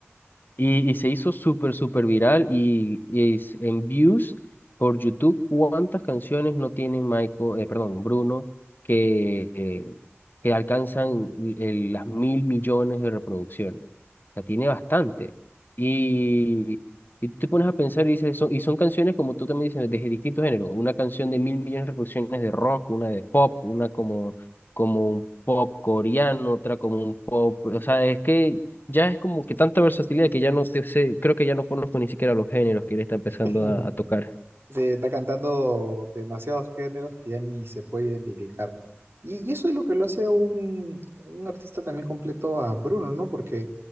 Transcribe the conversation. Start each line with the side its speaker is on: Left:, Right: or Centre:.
Left: y, y se hizo súper, súper viral y, y es- en views por YouTube, ¿cuántas canciones no tiene Michael, eh, perdón, Bruno, que, eh, que alcanzan el- las mil millones de reproducciones? O sea, tiene bastante. Y, y tú te pones a pensar y dices, son, y son canciones, como tú también dices, de distintos géneros. Una canción de mil millones de reproducciones de rock, una de pop, una como, como un pop coreano, otra como un pop. O sea, es que ya es como que tanta versatilidad que ya no te sé, creo que ya no conozco ni siquiera los géneros que él está empezando
Right: <laughs>
Left: a, a tocar.
Right: Sí, está cantando demasiados géneros que ya ni se puede identificar. Y, y eso es lo que lo hace un, un artista también completo a Bruno, ¿no? Porque